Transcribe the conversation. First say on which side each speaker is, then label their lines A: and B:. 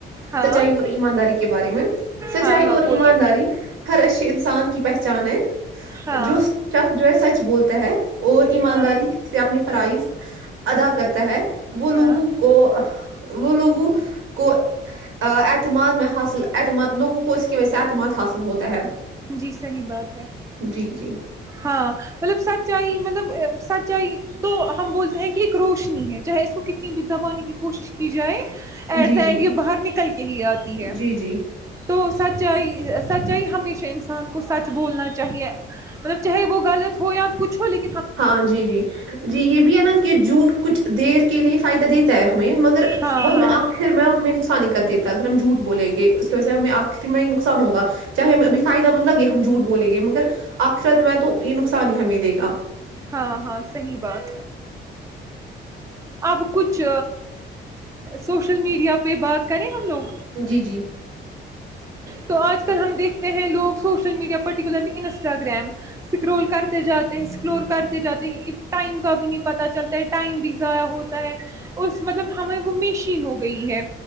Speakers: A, on the right; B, on the right.
A: ہاں
B: سچائی اور ایمانداری کے بارے میں سچائی
A: ہاں ہاں
B: اور
A: بولیے
B: ایمانداری ہر اچے انسان کی پہچ چانے
A: ہاں
B: جو شک جو ہے سچ بولتا ہے اور ایمانداری
A: ہاں
B: سے اپنی فرائز ادا کرتا ہے وہ لوگوں
A: ہاں
B: کو وہ لوگوں کو اعتماد میں حاصل اعتماد لوگوں کو اس کی وجہ سے اعتماد حاصل ہوتا ہے
A: جی صحی بات ہے
B: جی جی
A: ہاں مطلب سچ سچائی مطلب سچائی تو ہم بولتے ہیں کہ ایک روشنی ہے چاہے اس کو کتنی بھی دبانے کی کوشش کی جائے ایٹ
B: جی
A: دا
B: جی
A: اینڈ یہ باہر نکل کے ہی آتی ہے
B: جی جی
A: تو سچ سجائی ہمیشہ انسان کو سچ بولنا چاہیے مطلب چاہے وہ غلط ہو یا کچھ ہو لکھن
B: ہاں جی جی جی یہ بھی ہے نا کہ جوٹ کچھ دیر کے لیے فائدہ دیتا ہے ہمیں مگر
A: ہاں
B: وہ ہمیں
A: ہاں
B: آخر میں ہمیں نقصانی کر دیتا ا گگررم جھٹھ بولے گ ویسے ہمیں آخری میں ہی کو نقصان ہوگا چاہے ہمیںبھی فائدہ مطل ل یہے ہم جھوٹ بولیں گے مگر آخرت میں تو یہ نقصان ہی ہمیں دے گا
A: ہاں ہاں صحیح بات اب کچھ سوشل میڈیا پہ بات کریں ہم لوگ
B: جی جی
A: تو آج کل ہم دیکھتے ہیں لوگ social media particularly Instagram scroll کرتے جاتے ایکسپلور کرتے جاتے ٹائم کا بھی نہیں پتا چلتا ہے ٹائم بھی ضائع ہوتا ہے اس مطلب ہمیں وہ میشین ہو گئی ہے